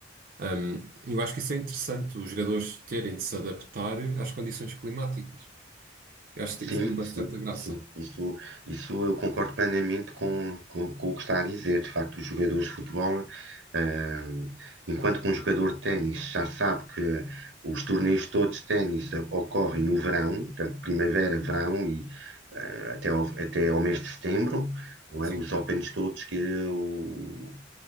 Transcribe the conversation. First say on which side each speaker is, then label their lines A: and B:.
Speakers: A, on the right; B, on the right.
A: Hum, eu acho que isso é interessante, os jogadores terem de se adaptar às condições climáticas. Eu acho que
B: sim,
A: isso tem uma
B: sim,
A: certa graça.
B: sim. Isso, isso eu concordo plenamente com, com, com o que está a dizer. De facto, os jogadores de futebol, ah, enquanto que um jogador de ténis já sabe que os torneios todos de ténis ocorrem no verão, portanto, primavera, verão e ah, até ao, até ao mês de setembro, não
A: Sim,
B: é? Os Opens todos que o-